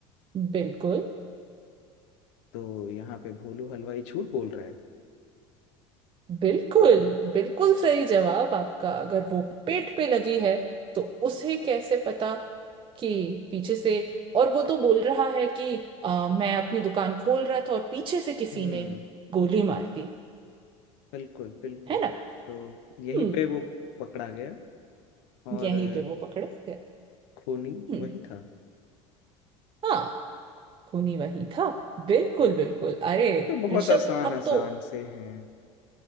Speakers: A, on the right; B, on the left.
A: बिल्कुल
B: तो यहाँ पे भोलू हलवाई झूठ बोल रहा है
A: बिल्कुल बिल्कुल सही जवाब आपका अगर वो पेट पे लगी है तो उसे कैसे पता कि पीछे से और वो तो बोल रहा है कि आ, मैं अपनी दुकान खोल रहा था और पीछे से किसी
B: हम्म
A: ने गोली मार दी
B: बिल्कुल बिल्कुल
A: है ना
B: तो यहीं
A: हम्म
B: पे वो पकड़ा गया और
A: यहीं
B: अ,
A: पे वो पकड़ा गया
B: खूनी
A: हम्म
B: वही था
A: हाँ खूनी वही था बिल्कुल बिल्कुल अरे
B: ये तो बहुत
A: ऋषभ
B: आसान
A: अब
B: आसान
A: तो
B: से हैं